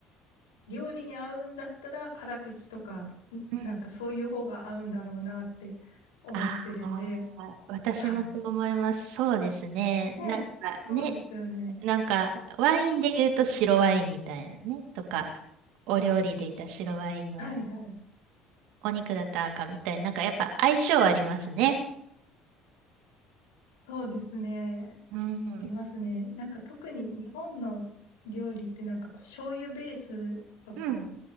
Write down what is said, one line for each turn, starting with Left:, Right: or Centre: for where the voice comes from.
Left: 料理に合うんだったら辛口とか、んなんかそういう方が合うんだろうなって思ってるんで、
Right: うん。ああ、私もそう思います。
Left: はい。
Right: そうですね。
Left: ね、
Right: なんかね、
Left: そうですよね。
Right: なんか、ワインで言うと白ワインみたいなね、とか、お料理でいた白ワインは、
Left: はいはい。
Right: お肉だったら赤みたいな、なんかやっぱ相性ありますね。
Left: そうですね。あ
Right: うん、うん、
Left: りますね。なんか特に日本の料理ってなんかこう醤油ベースとか、
Right: う